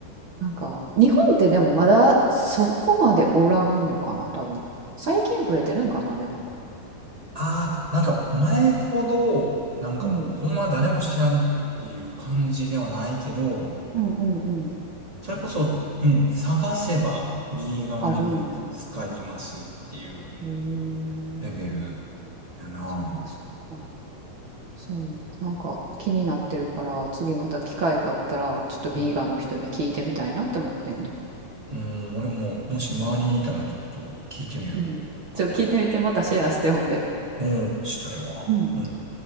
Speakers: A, on the right (about 75°); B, on the right (about 35°).
A: なんか、日本ってでもまだそこまでおらんのかな、多分。最近増えてるんかな、でも。
B: ああ、なんか前ほど、なんかもうほんま誰も知らんっていう感じではないけど、
A: うん。うんうんうん。
B: それこそ、うん、探せば、ビーガンメニュー見つかりますっていう
A: あるんや。へえ。
B: レベルやな。
A: そっかそっか。そう。なんか気になってるから、次また機会があったら、ちょっとビーガンの人に聞いてみたいなって思ってんね。
B: うん、うん俺も、もし周りにいたらちょっと聞いてみる。
A: うん。ちょっと聞いてみて、またシェアしてほんで。
B: うん、したいわ。
A: うん。
B: うん。